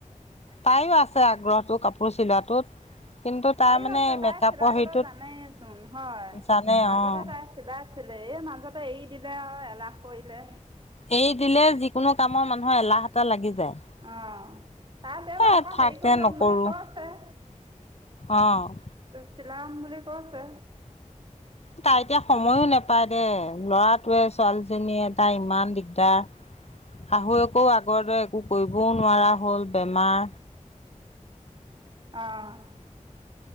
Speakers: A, on the left (about 55°); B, on the right (about 35°).
A: তাইৰো আছে আগ্ৰহটো কাপোৰ চিলোৱাটোত। কিন্তু তাৰ
B: তাইও
A: মানে
B: আছে তাই
A: মেকআপৰ
B: চিলাবলৈ
A: হেৰিটোত
B: জানেইচোন হয়
A: জানে
B: আগতে
A: অ'।
B: তাই চিলাইছিলে এই মাজতে এৰি দিলে আৰু এলাহ কৰিলে।
A: এৰি দিলে যিকোনো কামৰ মানুহৰ এলাহ এটাহ লাগি যায়।
B: অ' তাই দেও
A: এ
B: আকৌ
A: থাক
B: হেৰি
A: দে
B: কৰি ল'ম
A: নকৰো
B: বুলি কৈছে।
A: অ'।
B: চিলাম বুলি কৈছে।
A: তাই এতিয়া সময়ো নাপায় দেই ল'ৰাটোৱে ছোৱালীজনীয়ে তাই ইমান দিগদাৰ শাহুৱেকোও আগৰ দৰে একো কৰিবও নোৱাৰা হ'ল বেমাৰ
B: অ'।